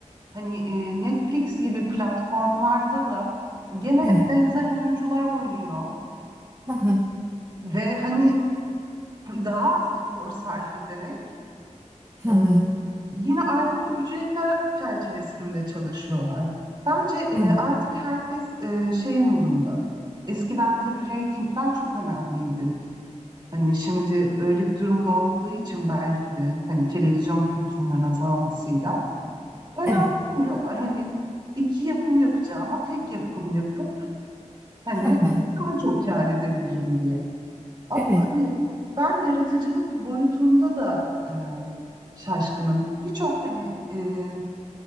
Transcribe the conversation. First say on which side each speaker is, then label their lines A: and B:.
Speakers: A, on the right; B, on the right.
A: hani e, Netflix gibi platformlarda da gene
B: Evet.
A: benzer oyuncular oynuyor
B: Hı hı.
A: ve hani daha az efor sarf ederek
B: Hı
A: e,
B: hı.
A: yine aynı bu ücretler çerçevesinde çalışıyorlar. Bence e,
B: Evet.
A: artık herkes e, şey modunda. Eskiden tabii reytingler çok önemliydi. Hani şimdi öyle bir durumda olmadığı için belki de hani televizyon kültürünün azalmasıyla önemsemiyorlar.
B: Evet.
A: Hani iki yapım yapacağıma tek yapım yapıp hani
B: Hı hı.
A: e, daha çok kâr edebilirim diye. Ama
B: Evet.
A: hani ben yaratıcılık boyutunda da e, şaşkınım. Birçok hani e,